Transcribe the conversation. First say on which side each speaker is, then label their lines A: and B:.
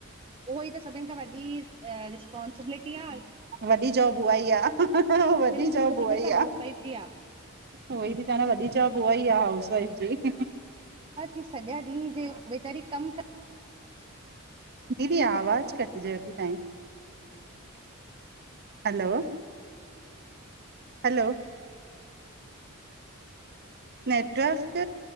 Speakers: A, on the right; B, on the right.
A: उहोई त सभिनि खां वॾी रिस्पोंसिबिलिटी आ।
B: वॾी जॉब उहाई आ, वॾी
A: रिस्पॉन्सिबिलिटी
B: जॉब उहाई
A: त हाउस
B: आ
A: वाइफ जी आहे।
B: उहोई ती चवां न वॾी जॉब उहाई आ हाउस वाइफ जी।
A: हा की सॼा ॾींह जे वेचारी कमु क
B: दीदी आवाज कटिजेव ती तहांईं। Hello hello network